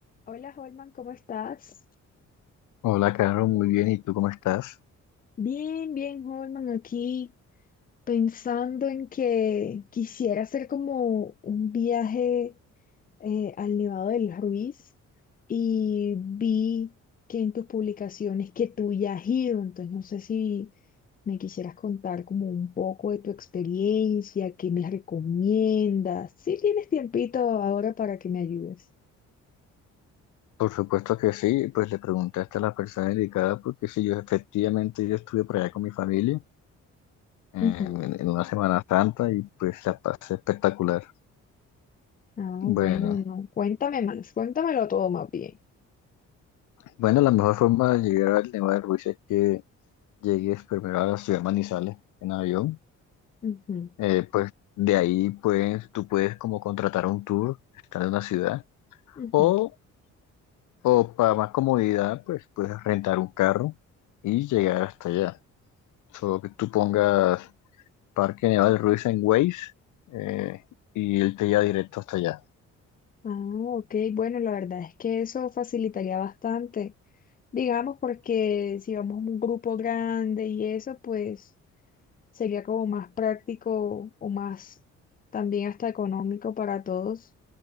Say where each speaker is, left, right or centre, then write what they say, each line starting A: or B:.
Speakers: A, on the left; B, on the left.
A: Hola Holman, ¿cómo estás?
B: Hola, Caro, muy bien. ¿Y tú cómo estás?
A: Bien, bien Holman, aquí pensando en que quisiera hacer como un viaje eh, al Nevado del Ruiz y vi que en tus publicaciones que tú ya has ido, entonces no sé si me quisieras contar como un poco de tu experiencia, qué me recomiendas. Si tienes tiempito ahora para que me ayudes.
B: Por supuesto que sí, pues le preguntaste a la persona indicada porque sí, yo efectivamente yo estuve por allá con mi familia eh,
A: Ujú.
B: en, en una Semana Santa y pues la pasé espectacular.
A: Ah,
B: Bueno,
A: bueno, no, cuéntame más, cuéntamelo todo más bien.
B: bueno, la mejor forma de llegar al Nevado del Ruiz es que llegues primero a la ciudad de Manizales en avión.
A: Ujú.
B: Eh, pues de ahí pues tú puedes como contratar un tour, estar en una ciudad
A: Ujú.
B: o, o para más comodidad pues puedes rentar un carro y llegar hasta allá. Solo que tú pongas Parque Nevado Ruiz en Waze eh, y él te lleva directo hasta allá.
A: Ah, ok, bueno, la verdad es que eso facilitaría bastante, digamos, porque si vamos a un grupo grande y eso, pues sería como más práctico o más también hasta económico para todos